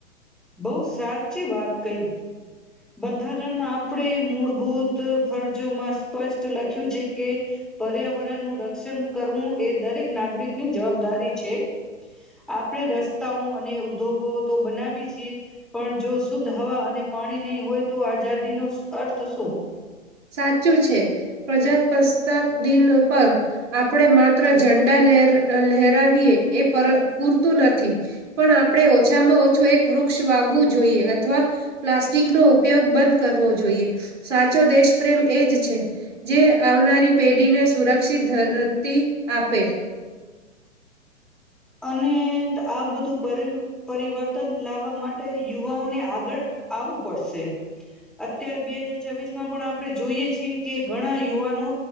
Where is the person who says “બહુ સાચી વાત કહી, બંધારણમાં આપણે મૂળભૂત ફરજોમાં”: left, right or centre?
Centre